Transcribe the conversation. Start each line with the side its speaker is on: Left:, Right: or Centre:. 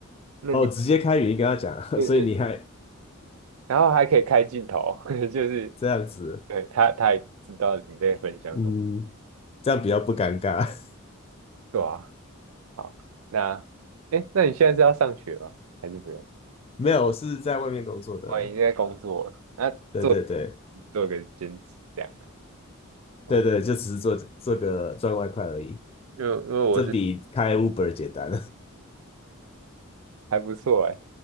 Right: 那你
Left: 哦，直接开语音跟他讲，
Right: 对对
Left: <laughs> 所以你还
Right: 然后还可以开镜头，<laughs> 就是
Left: 这样子，
Right: 对他他也知道你在分享什么，
Left: 嗯，这样比较不尴尬。<laughs>
Right: 对啊。好，那哎，诶那你现在是要上学吗？还是不用？
Left: 没有，我是在外面工作的。
Right: 我已经在工作了，那做
Left: 对对对
Right: 做个兼职这样。哦，
Left: 对对，就只是做做个赚外快而已，
Right: 因为因为我是
Left: 这比开 Uber 简单，
Right: <laughs> 还不错哎，